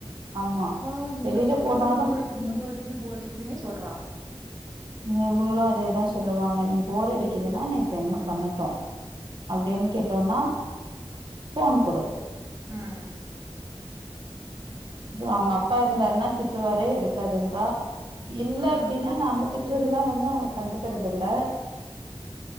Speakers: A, on the right; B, on the right.
A: ஆமா
B: அப்பா எங்க
A: வெளியில
B: பாத்தாலு
A: போனாலு
B: போர் அடிக்குது
A: ம்
B: போர் அடிக்குது போர் அடிக்குதுன்னே சொல்றா
A: இவங்களு அதேதா சொல்லுவாங்க நீ போர் அடிக்குதுனா நா இப்ப என்ன பண்ணட்டு அப்டின் கேட்டோன்னா போன் குடு
B: ம்
A: இது அவுங்க அப்பா இருந்தாருன்னா திட்டுவாரு எடுக்காதுங்க்கா இல்ல
B: ம்.
A: அப்டின்னா நாம்ப திட் திட்றதெல்லா வந்து அவுங்க கண்டுக்கிறது இல்ல